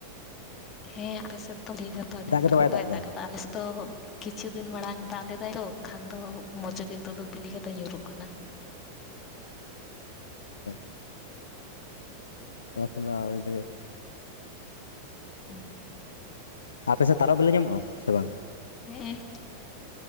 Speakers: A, on the left; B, on the left.
A: ᱦᱮᱸ ᱟᱯᱮᱥᱮᱫ ᱫᱚ ᱱᱤᱭᱟᱹ ᱫᱷᱟᱣ ᱫᱚ ᱟᱹᱰᱤ
B: ᱫᱟᱜ
A: ᱫᱤᱱ
B: ᱜᱮᱛᱚ
A: ᱠᱷᱚᱱ ᱵᱟᱭ
B: ᱮᱫᱟ
A: ᱫᱟᱜ ᱠᱟᱫᱟ, ᱟᱞᱮᱥᱮᱫ ᱫᱚᱼᱼ ᱠᱤᱪᱷᱩ ᱫᱤᱱ ᱢᱟᱲᱟᱝ ᱫᱟᱜ ᱞᱮᱫᱟᱭ ᱛᱚ ᱠᱷᱟᱱ ᱫᱚ ᱢᱚᱪᱚ ᱠᱤᱱᱛᱩᱜ ᱫᱚ ᱵᱤᱞᱤ ᱠᱟᱛᱮ ᱧᱩᱨᱩᱜ ᱠᱟᱱᱟ ᱾
B: <unintelligible> <unintelligible>
A: <unintelligible>
B: ᱟᱯᱮ ᱥᱮᱫ ᱛᱟᱨᱚᱵ ᱵᱤᱞᱤ ᱧᱟᱢᱚᱜᱼᱟ ᱥᱮ ᱵᱟᱝ?
A: ᱦᱮᱸ